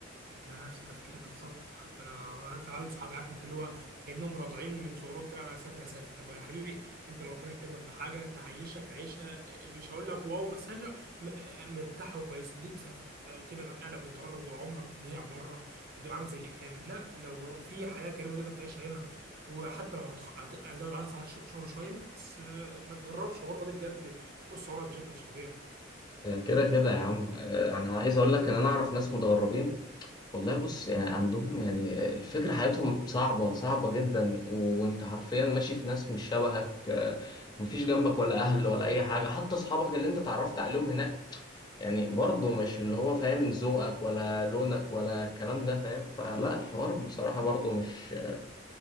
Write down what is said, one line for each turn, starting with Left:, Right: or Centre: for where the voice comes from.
Right: انت نفس تفكيري بالظبط حتى انا في عيال صحابي عارف انت اللي هو كانهم راضعين من صغرهم كده انا هسافر هسافر طب يا حبيبي انت لو ربنا كرمك بحاجه تعيشك عيشه مش هقول لك واو بس عيشه م- مرتاح وكويس ليه تسافر يعني تبعد عن اهلك وتتغرب وعمرك يضيع بره وتبقى عامل زي الاتهام لا لو ر- في حياه كريمه تقدر تعيشها هنا وحتى لو هتخ... هت- هزود عدد ساعات ش- شغل شويه بس آه، ما تتغربش الغربه دي بجد بتقص عمرك بشكل مش طبيعي
Left: آه، كده كده يا عم آه، انا عايز اقول لك ان انا اعرف ناس متغربين والله بص يعني عندهم يعني الفكرة حياتهم صعبة صعبة جدا و- وانت حرفيا ماشي في ناس مش شبهك آه، مفيش جنبك ولا اهل ولا اي حاجة حتى اصحابك اللي انت اتعرفت عليهم هناك يعني برضه مش اللي هو فاهم ذوقك ولا لونك ولا الكلام ده فاهم فلا الحوار بصراحة برضه مش